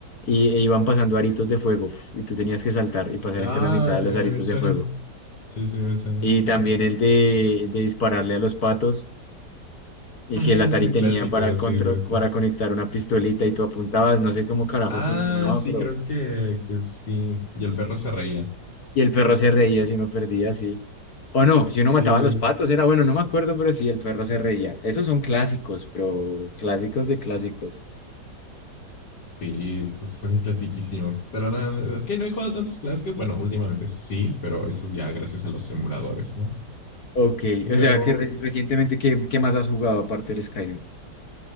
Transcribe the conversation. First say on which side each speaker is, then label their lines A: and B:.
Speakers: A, on the left; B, on the left.
A: y, e iban pasando aritos de fuego y tú tenías que saltar y pasar
B: Ah,
A: entre la mitad de
B: eh,
A: los aritos
B: me suena.
A: de fuego.
B: Sí, sí, me suena,
A: y
B: me
A: también
B: suena.
A: el de, el de dispararle a los patos y
B: Ah,
A: que el
B: ese
A: Atari
B: es un
A: tenía
B: clásico.
A: para, contro-
B: Sí, sí, sí.
A: para conectar una pistolita y tú apuntabas, no sé cómo carajos
B: Ah,
A: funcionaba,
B: sí,
A: pero...
B: creo que, que sí. Y el perro se reía.
A: Y el perro se reía si uno perdía, sí. O no, si
B: Sí,
A: uno mataba a los patos, era bueno, no me acuerdo, pero sí, el perro se reía. Esos son clásicos, pero clásicos de clásicos.
B: sí, esos son clasiquísimos. Pero no, no, es que no he jugado tantos clásicos. Bueno, últimamente sí, pero eso es ya gracias a los emuladores, ¿no?
A: Ok,
B: Pero
A: o sea, que re- recientemente, ¿qué, qué más has jugado aparte del Skyrim?